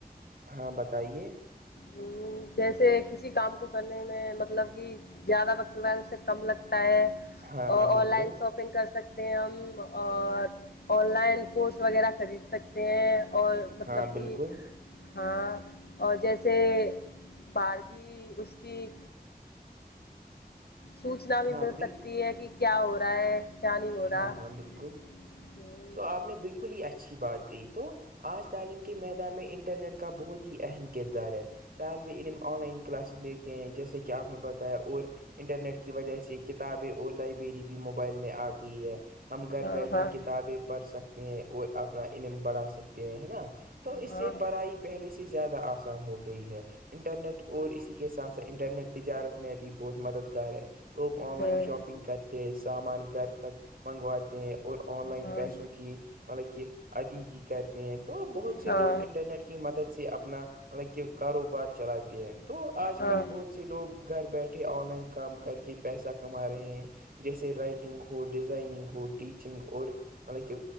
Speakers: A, on the right; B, on the left.
A: ہاں بتائیے
B: ہ جیسے کسی کام کو کرنے میں مطلب کہ زیادہ وقت ہے اس سے کم لگتا ہے
A: ہاں ہاں
B: آن
A: بالکل
B: لائن شاپنگ کر سکتے ہم آن لائن کورس وغیرہ خرید سکتے ہیں اور مطلب
A: ہاں بالکل
B: کہ ہاں اور جیسے بار کی اس کی سوچنا بھی
A: ہاں
B: مل
A: بالکل
B: سکتی ہے کہ کیا ہو رہا ہے کیا نہیں ہو رہا
A: ہاں ہاں بالکل
B: ہوں،
A: تو آپ نے بالکل ہی اچھی بات کہ تو آج تعلیم کے میدان میں انٹرنیٹ کا بہت ہی اہم کردار ہے طالب علم آن لائن کلاسز لیتے ہیں جیسے کہ آپ نے بتایا اور انٹرنیٹ کی وجہ سے کتابیں اور لائبریری بھی موبائل میں آ گئی ہے ہم گھر
B: ہاں
A: بیٹھے
B: ہاں
A: کتابیں پڑھ سکتے ہیں اور اپنا علم بڑھا سکتے ہیں ہے نا تو اس
B: ہاں
A: سے پڑھائی پہلے سے زیادہ آسان ہو گئی ہے انٹرنیٹ اور اسی کی کے ساتھ سھ انٹرنیٹ تجارت میں ا بھی بہت مددگار ہے لوگ آن لائن
B: ہاں
A: شاپنگ کرتے سامان گھر تک منگواتے ہیں اور آن لائن
B: ہاں
A: پیسوں کی مطلب کہ ادگی کرتے ہیں تو بہت سے
B: ہاں
A: لوگ انٹرنیٹ کی مدد سے اپنا مطلب کہ کاروبار چلاتے ہیں تو آج
B: ہاں
A: کل بہت سے لوگ گھر بیٹھے آن لائن کام کر کے پیسہ کما رہے ہیں جیسے رائٹنگ ہو ڈیزائننگ ہو ٹیچنگ اور مطلب کہ